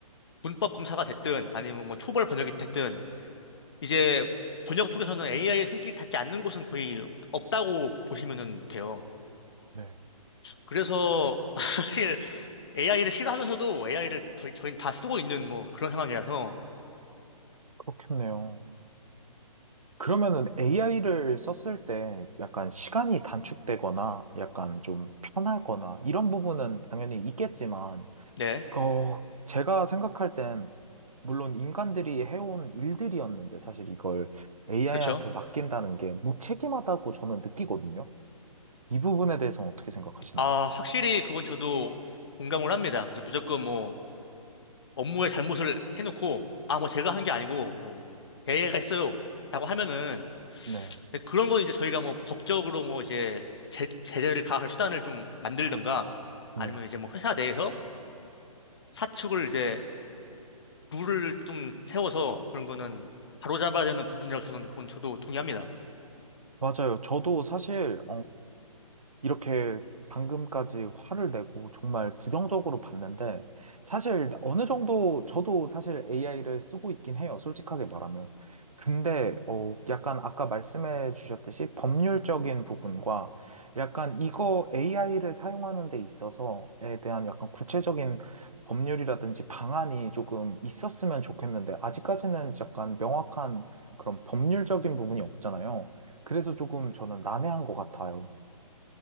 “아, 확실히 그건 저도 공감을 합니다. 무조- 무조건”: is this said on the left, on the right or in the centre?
Left